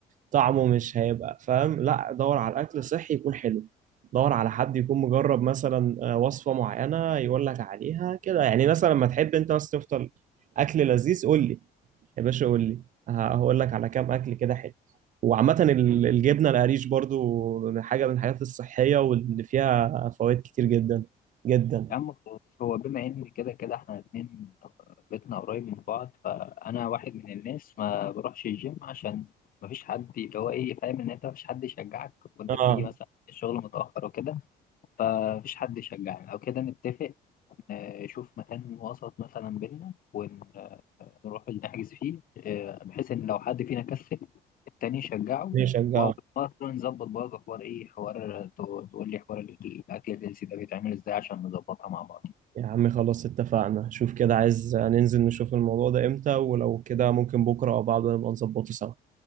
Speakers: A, on the right; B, on the left.
A: طعمه مش هيبقى فاهم لا دور على الاكل الصحي يكون حلو دور على حد يكون مجرب مثلا آه، وصفه معينه يقول لك عليها كده يعني مثلا لما تحب انت بس تفطر اكل لذيذ قول لي يا باشا قول لي ه- هقول لك على كام اكل كده حلو وعامة ال- الجبنة القريش برضو من حاجة من الحاجات الصحية واللي فيها فوائد كتير جدا جدا
B: يا عم خلاص هو بما ان كده كده احنا الاتنين بيتنا قريب من بعض فانا واحد من الناس ما بروحش الجيم عشان ما فيش حد اللي هو ايه فاهم ان انت ما فيش حد يشجعك وانت
A: اه
B: بتيجي مثلا الشغل متاخر وكده فما فيش حد يشجعك او كده نتفق نشوف مكان وسط مثلا بينا ونروح نحجز فيه اه، بحيث ان لو حد فينا كسل التاني يشجعه
A: بيشجعك
B: وهو مرة نظبط برضه حوار ايه حوار تقول لي حوار الاكل الجنسي ده بيتعمل ازاي عشان نظبطها مع بعض
A: يا عم خلاص اتفقنا شوف كده عايز ننزل نشوف الموضوع ده امتى ولو كده ممكن بكرة او بعده نبقى نظبطه سوا